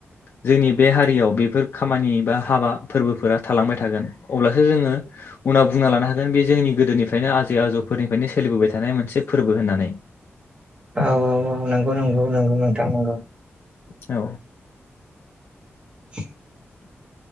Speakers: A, on the left; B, on the right.
A: जोंनि बे हारियाव बेफोर खामानि बा हाबा फोरबोफोरा थालांबाय थागोन अब्लासो जोङो उनाव बुंना लानो हागोन बे जोंनि गोदोनिफ्रायनो आजै आजौफोरनिफ्रायनो सोलिबोबाय थानाय मोनसे फोरबो होननानै।
B: औ औ औ नंगौ नंगौ नंगौ नोंथां नंगौ
A: औ
B: <inaudible>